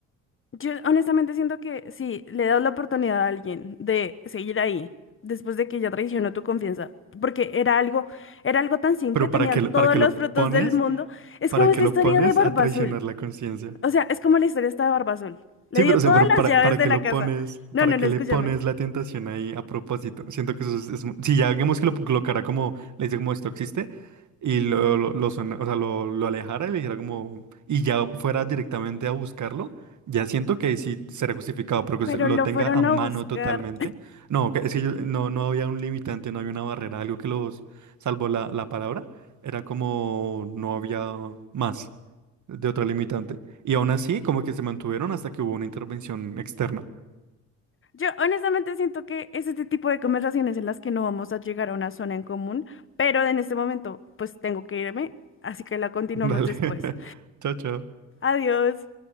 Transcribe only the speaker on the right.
Pero
¿para que
para que
lo
pones?
¿Para
que lo
pones
a traicionar
la conciencia?
Sí,
pero,
o sea, pero
para,
para
qué
lo
pones,
para
qué
le pones la tentación ahí a propósito. Siento que eso es, es mu- si ya digamos que lo colocara como, le dice como esto existe, y lo, lo, lo sona- o sea, lo, lo alejara y le dijera como, y ya fuera directamente a buscarlo, ya siento que sí será justificado, pero que
se lo
tenga
a mano
totalmente. No, que- es que yo, no, no había un limitante, no había una barrera, algo que los salvó la, la palabra, era como no había más de otra limitante. Y aún así, como que se mantuvieron hasta que hubo una intervención externa.
<laughs>
Dale.
<laughs> Chao, chao.